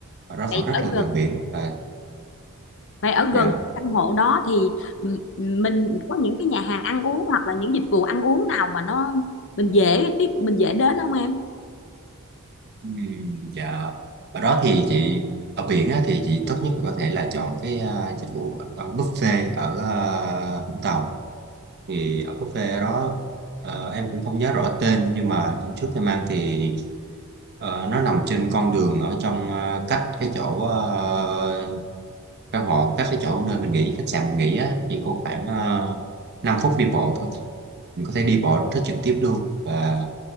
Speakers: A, on the right (about 50°); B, on the left (about 60°).
A: Ở đó
B: Vậy
A: vẫn rất
B: ở
A: là gần
B: gần
A: biển và
B: Vậy ở
A: dạ.
B: gần căn hộ đó thì m- m- mình có những cái nhà hàng ăn uống hoặc là những dịch vụ ăn uống nào mà nó mình dễ tiếp mình dễ đến không em
A: Ừm, dạ. Ở đó thì chị ở biển á, thì chị tốt nhất là có thể là chọn cái ờ, dịch vụ ờ, buffet ở ờ, Vũng Tàu thì ở buffet đó ờ, em cũng không nhớ rõ tên nhưng mà hôm trước em ăn thì Ờ, nó nằm trên con đường ở trong ờ, cách cái chỗ ờ, căn hộ cách cái chỗ nơi mình nghỉ khách sạn mình nghỉ á, chỉ có khoảng uh, 5 phút đi bộ thôi mình có thể đi bộ rất trực tiếp luôn và